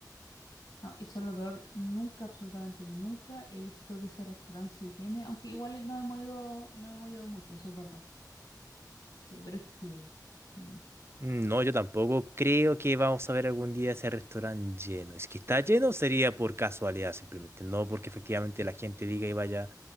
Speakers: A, on the left; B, on the right.
A: No, y eso es lo peor. Nunca, absolutamente nunca he visto que ese restaurante se llene. Aunque igual no hemos ido, no hemos ido mucho, eso es verdad. Sí, pero es que... mm,
B: No, yo tampoco creo que vamos a ver algún día ese restaurante lleno. Es que está lleno sería por casualidad simplemente, no porque efectivamente la gente diga y vaya